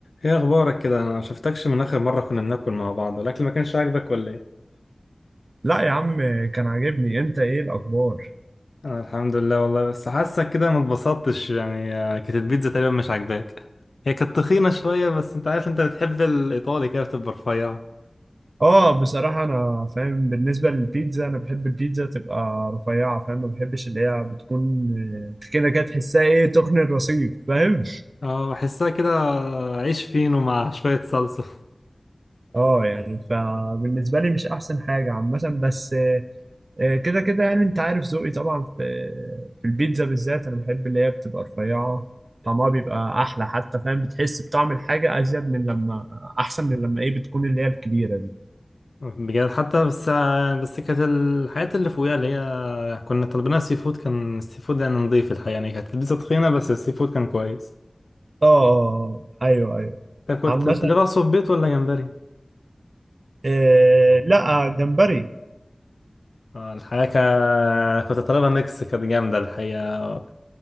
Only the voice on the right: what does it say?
لا يا عم كان عاجبني انت ايه الاخبار
اه بصراحة انا فاهم بالنسبة للبيتزا انا بحب البيتزا تبقى رفيعة فاهم ما بحبش اللي هي بتكون آه، كده كده تحسها ايه تخن الرصيف فاهم
اه يعني فبالنسبة لي مش احسن حاجة عامة بس آه، آه، كده كده يعني انت عارف ذوقي طبعا في في البيتزا بالذات انا بحب اللي هي بتبقى رفيعة طعمها بيبقى احلى حتى فاهم بتحس بطعم الحاجة ازيد من لما احسن من لما ايه بتكون اللي هي الكبيرة دي
اه آه، آه. ايوه ايوه
عامة
آه لا جمبري